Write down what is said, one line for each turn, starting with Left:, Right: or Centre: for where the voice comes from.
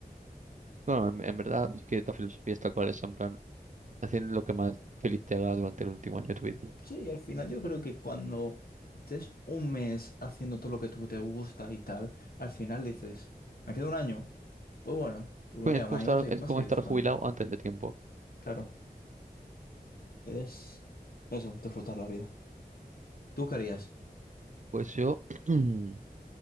Right: Bueno, en, en verdad, es que la filosofía es tal cual, es en plan. haciendo lo que más feliz te haga durante el último año de tu vida.
Left: Sí, y al final yo creo que cuando estés un mes haciendo todo lo que tú te gusta y tal, al final dices, ¿me queda un año? Pues bueno, pues me
Right: Pues
Left: queda
Right: es
Left: un
Right: como
Left: año,
Right: estar,
Left: voy a seguir,
Right: es
Left: voy
Right: como
Left: a seguir
Right: estar
Left: disfrutando.
Right: jubilado antes de tiempo.
Left: Claro, es eso, disfrutar la vida. ¿Tú qué harías?
Right: Pues yo, <clears throat> bueno,